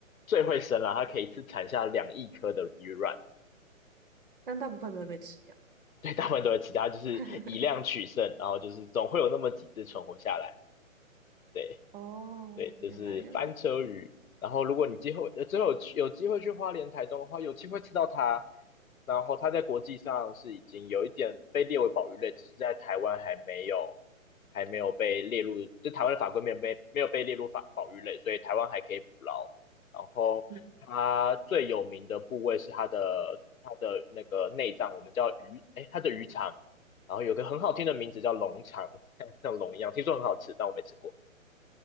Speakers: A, on the left; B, on the right.
A: 最会生了，它可以一次产下两亿颗的鱼卵，
B: 但大部分都会被吃掉。
A: 对，大部分都会吃，它就是以量取胜，
B: <laughs>
A: 然后就是总会有那么几只存活下来，对。
B: 哦，
A: 对，这是翻车鱼。
B: 原来原来，
A: 然后，如果你今后呃之后有去有机会去花莲、台东的话，有机会吃到它。然后，它在国际上是已经有一点被列为保育类，只是在台湾还没有还没有被列入，就台湾的法规没有被没有被列入法保育类，所以台湾还可以捕捞。然后，
B: 嗯
A: 它最有名的部位是它的它的那个内脏，我们叫鱼，哎，它的鱼肠。然后有个很好听的名字叫龙肠，<laughs> 像像龙一样，听说很好吃，但我没吃过。